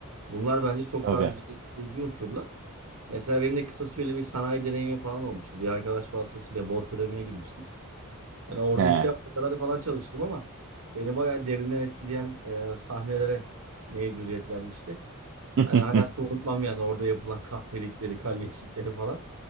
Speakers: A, on the right; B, on the right.
A: Bunlar bence çok
B: tabii.
A: daha güzel etkileyici unsurlar. Mesela benim de kısa süreli bir sanayi deneyimi falan olmuştu. Bir arkadaş vasıtasıyla borç ödemeye girmiştik. Yani orada
B: He.
A: iki hafta kadar falan çalıştım ama beni bayağı derinden etkileyen e, sahnelere mevcudiyet vermişti.
B: <laughs>
A: Yani hayatta unutmam yani orada yapılan kahpelikleri, kalleşlikleri falan.